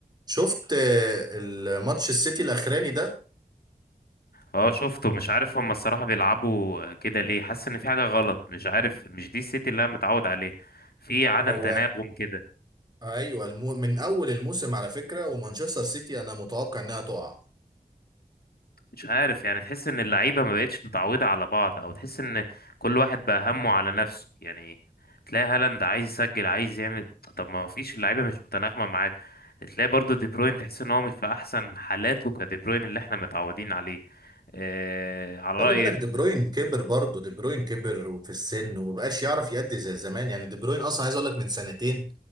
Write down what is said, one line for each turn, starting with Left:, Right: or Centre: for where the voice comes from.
Right: شفت آه، الماتش السيتي الاخراني ده
Left: اه شفته مش عارف هما الصراحة بيلعبوا كده ليه حاسس ان في حاجة غلط مش عارف مش دي السيتي اللي انا متعود عليه في عدم
Right: هو
Left: تناغم كده
Right: ايوه المو... من اول الموسم على فكره ومانشستر سيتي انا متوقع انها تقع
Left: مش عارف يعني تحس ان اللعيبة ما بقتش متعودة على بعض او تحس ان كل واحد بقى همه على نفسه يعني تلاقي هالاند عايز يسجل عايز يعمل طب ما فيش اللعيبة مش متناغمة معاك تلاقي برضو دي بروين تحس ان هو مش في احسن حالاته كدي بروين اللي احنا متعودين عليه آه على رأي
Right: خلي بالك دي بروين كبر برضه دي بروين كبر وفي السن ومبقاش يعرف يأدي زي زمان يعني دي بروين اصلا عايز اقول لك من سنتين